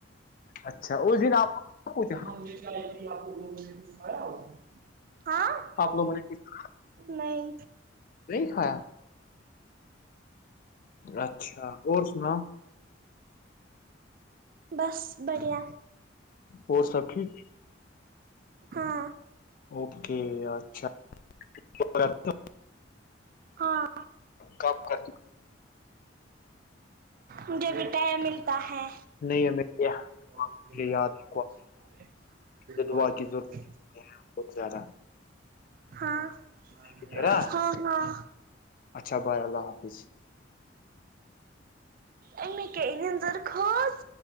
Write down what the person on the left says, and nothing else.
اچھا اس دن آپ کو پوچھا
آپ لوگوں نے کچھ
نہیں کھایا اچھا اور سنا
اور سب ٹھیک
اوکے اچھا اور آپ
کب کر
ہو؟ نہیں ہمیں یہ-
یہ یاد
رکھو آپ کو دعا
کی
ضرورت
بہت زیادہ ہے۔
ٹھیک
ہے نا
اچھا بھائی اللہ حافظ